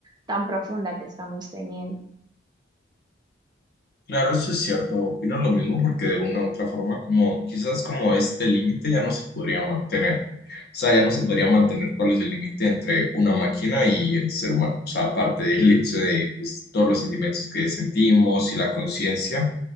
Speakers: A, on the right (about 20°); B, on the left (about 50°).
A: tan profunda que estamos teniendo.
B: Claro, eso es cierto, opino lo mismo porque de una u otra forma, como quizás como este límite ya no se podría mantener. O sea, ya no se podría mantener cuál es el límite entre una máquina y el ser humano. O sea, aparte del hecho de pues, todos los sentimientos que sentimos y la conciencia,